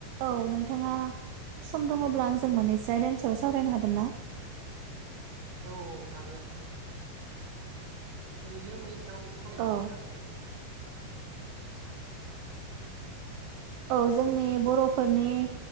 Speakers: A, on the right; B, on the right.
A: औ नोंथाङा सम दङब्ला आं जों मोननैसो आयदानि सायाव सावरायनो हागोन ना
B: औ औ हागोन ओरैनो मानि सायाव सावरायनो
A: औ
B: नोंथां
A: औ जोंनि बर'फोरनि